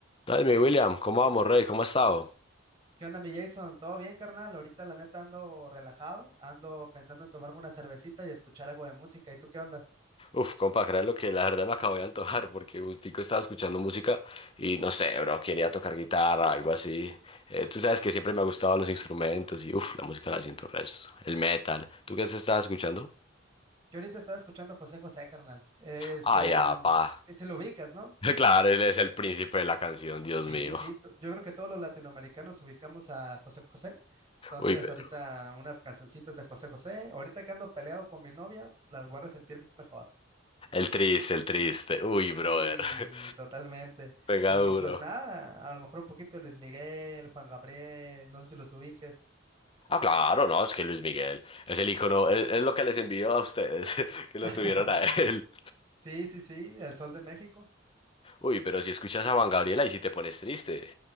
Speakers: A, on the left; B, on the right.
A: Entonces, mi William, ¿cómo vamos, Rey? ¿Cómo has estado?
B: ¿Qué onda, mi Jason? ¿Todo bien, carnal? Ahorita la neta ando relajado, ando pensando en tomarme una cervecita y escuchar algo de música. ¿Y tú qué onda?
A: Uf, compa, crean lo que la verdad me acabo de antojar porque gustico estaba escuchando música y no sé, bro, quería tocar guitarra, algo así. Eh, tú sabes que siempre me ha gustado los instrumentos y uf, la música la siento resto, el metal. ¿Tú qué estabas escuchando?
B: Yo ahorita estaba escuchando a José José, carnal. Es
A: Ah,
B: un...
A: ya, pa.
B: Sí, sí lo ubicas, ¿no?
A: <laughs> Claro, él es el príncipe de la canción, Dios
B: Sí,
A: mío.
B: sí. t- Yo creo que todos los latinoamericanos ubicamos a José José. Entonces,
A: Uy, pero
B: ahorita unas cancioncitas de José José. Ahorita que ando peleado con mi novia, las voy a resentir mejor.
A: el triste, el triste. Uy, brother.
B: Sí,
A: <laughs>
B: totalmente.
A: Pega
B: Y
A: duro.
B: pues nada, a lo mejor un poquito de Luis Miguel, Juan Gabriel, no sé si los ubiques.
A: Ah, claro, no, es que Luis Miguel es el icono, es, es lo que les envió a ustedes, <laughs> que lo
B: <laughs>
A: tuvieron a él.
B: Sí, sí, sí, El Sol de México.
A: Uy, pero si escuchas a Juan Gabriel, y si te pones triste.